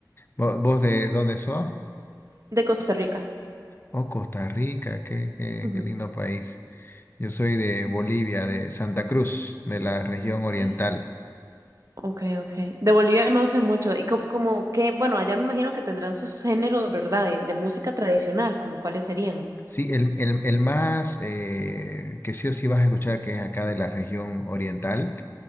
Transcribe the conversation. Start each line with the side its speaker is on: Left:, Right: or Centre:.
Left: ¿Vo- ¿Vos de dónde sos?
Right: de Costa Rica.
Left: Oh, Costa Rica, qué, qué,
Right: Ujú.
Left: qué lindo país. Yo soy de Bolivia, de Santa Cruz, de la región oriental.
Right: Sí. Ok, ok. De Bolivia no sé mucho. Y como, como que, bueno, allá me imagino que tendrán sus géneros, ¿verdad? De, de música tradicional, como cuáles serían.
Left: Sí, el, el- el más eh, que sí o sí vas a escuchar que es acá de la región oriental.